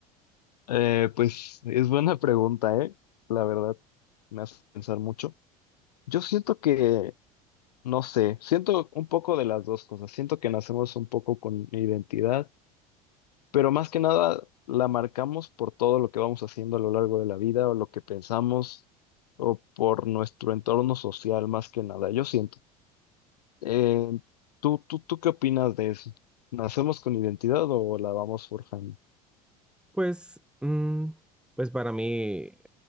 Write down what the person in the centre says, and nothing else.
Pues, mm, pues para mí, eh,